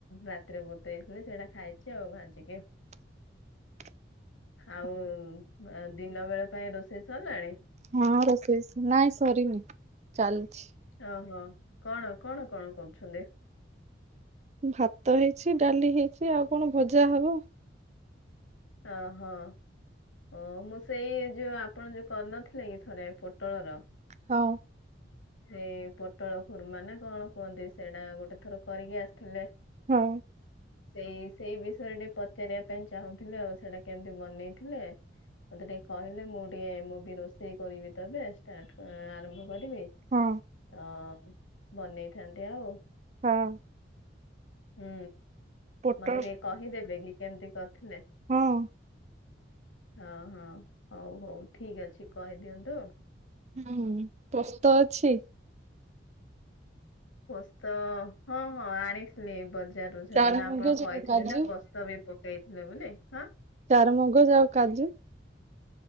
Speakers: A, on the left (about 85°); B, on the right (about 35°).
A: ରାତିରେ ବତୁରେଇଥିଲି। ସେଇଟା ଖାଇଚି ଆଉ ଭାଜିକି।
B: <inaudible>
A: ଆଉ ଉଁଃ ଦିନ ବେଳ ପାଇଁ ରୋଷେଇ ସରିଲାଣି?
B: ହଁ ରୋଷେଇ ନାଇଁ ସରିନି ଚାଲିଛି।
A: ଓହୋ କଣ କଣ କଣ କରୁଛନ୍ତି?
B: ଭାତ ହେଇଚି ଡାଲି ହେଇଚି ଆଉ କଣ ଭଜା ହବ।
A: ଓହୋ। ଓ ମୁଁ ସେଇ ଯୋଉ ଆପଣ ଯୋଉ କରିନଥିଲେ କି ଥରେ ପୋଟଳର
B: ହଁ।
A: ସେଇ ପୋଟଳ ଖୁର୍ମା ନା କଣ କୁହନ୍ତି? ସେଇଟା ଗୋଟେ ଥର କରିକି ଆସିଥିଲେ।
B: ହଁ।
A: ସେଇ ସେଇ ବିଷୟରେ ଟିକେ ପଚାରିବା ପାଇଁ ଚାହୁଁଥିଲେ ଆଉ। ସେଇଟା କେମିତି ବନେଇଥିଲେ? ତେ ଟିକେ କହିଲେ ମୁଁ ଟିକେ ମୁଁ ବି ରୋଷେଇ କରିବି ତ ଏବେ, ଷ୍ଟାର୍ଟ ଆରମ୍ଭ କରିବି।
B: ହଁ।
A: ତ ବନେଇଥାନ୍ତି ଆଉ।
B: ହଁ।
A: ହୁଁ,
B: ପୋଟଳ
A: ମତେ ଟିକେ କହିଦେବେ କି କେମିତି କରିଥିଲେ?
B: ହଁ।
A: ହଁ ହଁ ହଉ ହଉ ଠିକ ଅଛି କହି ଦିଅନ୍ତୁ।
B: ହୁଁ ପୋସ୍ତ ଅଛି?
A: ପୋସ୍ତ ହଁ ହଁ ଆଣିଥିଲି ବଜାରରୁ ସେଦିନ
B: ଚାରୁ ମଗଜ
A: ଆପଣ କହିଥିଲେ
B: ଆଉ କାଜୁ
A: ନା ପୋସ୍ତ ବି ପକେଇଥିଲେ ବୋଲି ହାଁ?
B: ଚାରୁ ମଗଜ ଆଉ କାଜୁ?